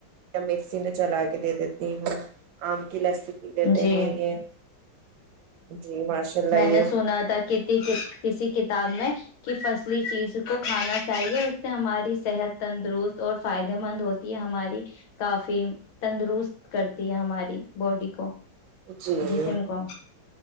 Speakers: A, on the right; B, on the left.
A: یا مکسی میں چلا کے دے دیتی ہوں آم کی لسی پی لیتے
B: جی
A: ہیں یہ جی ماشاء اللہ
B: میں نے
A: یہ
B: سنا تھا کتی کسی کتاب میں کہ فصلی چیز کو کھانا چاہیے اس سے ہماری صحت تندرست اور فائدے مند ہوتی ہے ہماری کافی تندرست کرتی ہے ہماری باڈی کو
A: جی
B: جسم کو